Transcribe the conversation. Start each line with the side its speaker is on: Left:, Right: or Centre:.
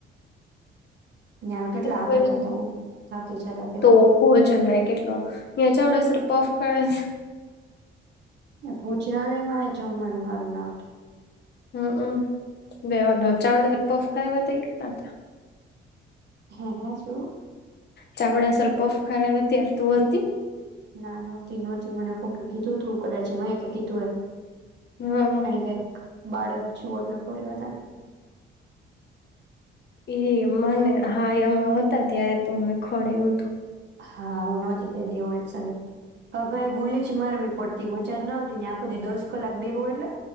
Right: ન્યા કેટલા
Left: કઈ
Right: આખા જતા ને થાકી જતા કેવા
Left: તો કોહ ચર ના કેટલો યાં ચાવડાસર પફ ખરસ
Right: ભૂજનાલયમાં જમવાનું સરું ના આવતું.
Left: હમમ બે ચાવડાફ ખા ત હતા.
Right: હા હા શું?
Left: ચામડાસર પફ ખા ત્ય્યારે તું હતી?
Right: ના નોતી ન ત મને ઓકે કીધું તું કદાચ મ કે કીધું એ.
Left: હા
Right: અને કઈ બાળક છ ઓટ લખવડે હો હતાના.
Left: એ મને હા અમે હતા ત્યારે તો અમને ખોડું હતું.
Right: હા હું નહોતી તે દે હું એક ગુલી જ મારવી પડતી મ જદ ન આવતી ન આખું દી દોસ કલાક બેવું એટલે.